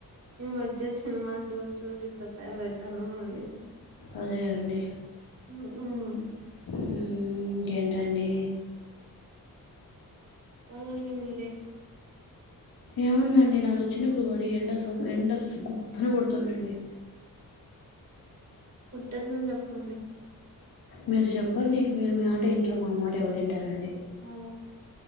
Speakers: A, on the right; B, on the left.
A: <unintelligible> సినిమాలు చూసి చూసి ఇట్లా తయారవుతానము అండి
B: అదే అండి
A: ఉ- ఉమ్.
B: ఇంకేంటండి
A: <unintelligible> మీరే
B: ఏముందండి నాలుగు చినుకులు పడి ఎండ సం ఎండ గుప్పని కొడుతుందండి
A: కోట్టద్దని <unintelligible> చెప్పండి
B: మీరు చెప్పండి మీరు మీ <unintelligible> వింటారు మా మాట ఎవరు ఇంటారు అండి
A: ఆ